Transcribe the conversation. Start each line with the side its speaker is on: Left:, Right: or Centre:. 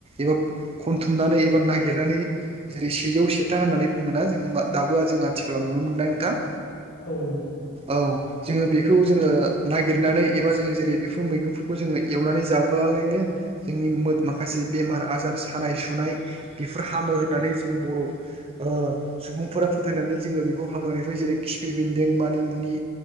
Right: एबा खनथुमनानै एबा नागिरनानै जेरै सेजौ सेथा होन्नानै बुङोना जोङो दाबोआ जों आथिखालाव नुनो मोनदों नोंथां।
Left: औ नंगौ नोंथां।
Right: औ। जोङो बेखौ जोङो नागिरनानै एबा जों जेरै बेफोर मैगंफोरखौ जोङो एवनानै जाब्लालायनो जोंनि मोद-माखासे बेमार आजार सानाय सुनाय बेफोर हामो होननानै जों बर' ओ सुबुंफोरा फोथायनानै जोङो बेखौ हाग्रानिफ्राय जेरै खिफि बेन्दों मानिमुनि